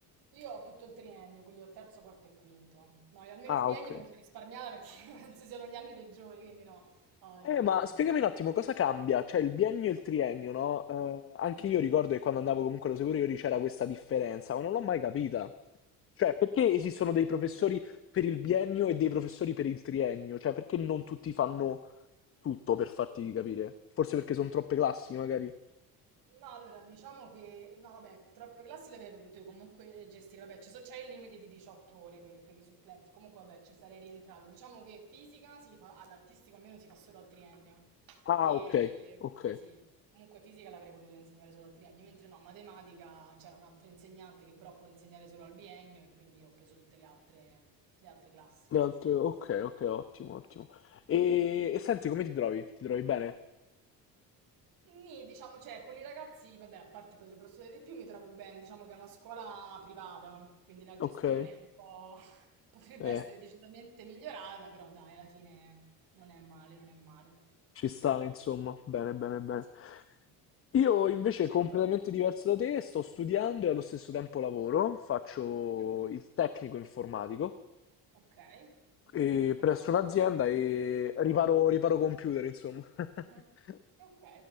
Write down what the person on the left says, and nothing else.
Ah,
okay.
Eh,
ma spiegami un attimo cosa cambia, cioè il biennio e il triennio, no, ehm, anche
io ricordo che quando andavo comunque alle superiori c'era questa differenza, ma non l'ho mai capita. Cioè, perché esistono dei professori per il biennio e dei professori per il triennio? Cioè, perché non tutti fanno tutto, per farti capire? Forse perché son troppe classi, magari?
Ah,
ok, ok.
Le altre- Ok, ok, ottimo, ottimo. E, e senti, come ti trovi? Ti trovi bene?
Ok,
eh,
ci sta, insomma. Bene, bene, bene.
Io invece
completamente
diverso da te, sto studiando e allo stesso tempo lavoro, faccio
il tecnico informatico
eh,
presso
un'azienda e riparo, riparo computer, insomma. <laughs>